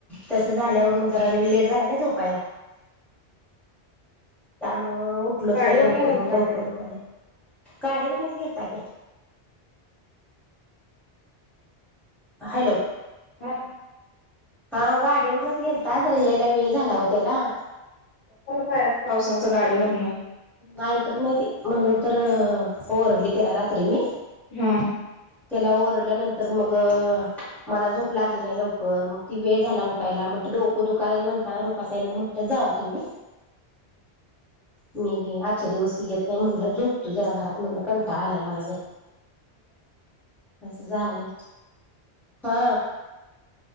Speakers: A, in the centre; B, on the left.
A: तस झाल्यावर मग जरा लेट झाला ने झोपायला मग उठलोच
B: गाडीवर
A: नाही लवकर
B: न गेलता
A: म डोकं
B: काय
A: दु़खाले गाडीवरनच गेलता कि हॅलो
B: हा
A: हा गाडीवरनच गेलता जरा यायला वेळ झाला हो त्याला
B: पावसाचं गाडीवरण
A: ऐकत नाही ते म्हणून तर ओरडली तेला रात्री मी
B: हा
A: त्याला ओरडल्यानंतर मग मला झोप लागली नाही लवकर मग ती वेळ झाला उठायला म्हटल डोक दुकाला म्हणताना रुपाताई ना म्हटल जावा तुम्ही
B: ह <inaudible>
A: मीे आजच्या दिवस येत नाही म्हणलं झोपतू जरा घरात म्हणलं कंटाळआलाय मला ले अस झालं हा